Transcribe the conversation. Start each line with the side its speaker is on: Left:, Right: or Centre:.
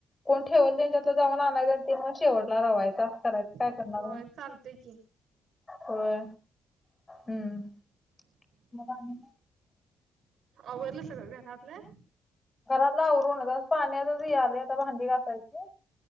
Left: कोण ठेवाल त्यांच्या जाऊन आणायचं तेव शेवटला रवायचं असं करायचं काय
Right: होय
Left: करणार
Right: चालतय की
Left: होय हम्म मग आणि काय?
Right: आवरलं सगळं घरातलं
Left: घरातल आवरून तसं पाणीच हे आले आता भांडी घासायची.